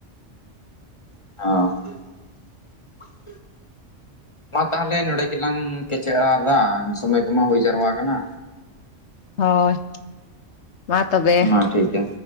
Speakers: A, on the left; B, on the left.
A: ᱚ <inaudible>
B: <inaudible>
A: ᱢᱟ ᱛᱟᱦᱚᱞᱮ ᱱᱚᱰᱮ ᱜᱮᱞᱟᱝ ᱠᱮᱪᱮᱫᱟ ᱥᱚᱢᱚᱭ ᱠᱚᱢᱟ ᱦᱩᱭ ᱡᱟᱣᱨᱟ ᱟᱠᱟᱱᱟ
B: ᱦᱳᱭ ᱢᱟ ᱛᱚᱵᱮ
A: ᱢᱟ ᱴᱷᱤᱠ ᱜᱮᱭᱟ᱾